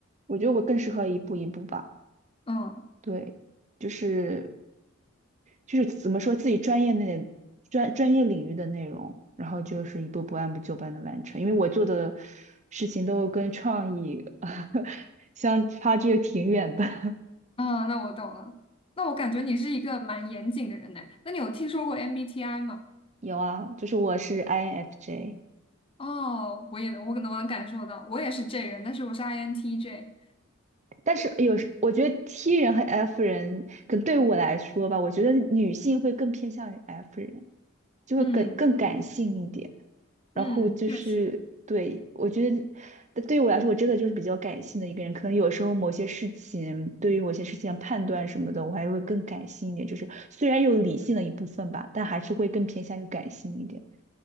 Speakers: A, on the right; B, on the left.
A: 我觉得我更适合一步一步吧。
B: 嗯，
A: 对，就是就是怎么说自己专业内专专业领域的内容，然后就是一步步按部就班的完成。因为我做的事情都跟创意 <laughs> 相差距挺远的。<laughs>
B: 啊，那我懂了。那我感觉你是一个蛮严谨的人呢。
A: 嗯
B: 那你有听说过 MBTI 吗？
A: 有啊，就是我是 INFJ，
B: 哦，我也我可能我能感受到，我也是 J 人，但是我是 INTJ。
A: 但是有时我觉得 T 人和 F 人，可能对我来说吧，我觉得女性会更偏向于 F 人，就会更更感性一点。
B: 嗯
A: 然后就是对我觉得，
B: 嗯，确实，
A: 但对于我来说，我真的就是比较感性的一个人。可能有时候某些事情，对于某些事情的判断什么的，我还会更感性一点。就是虽然有理性的一部分吧，但还是会更偏向于感性一点。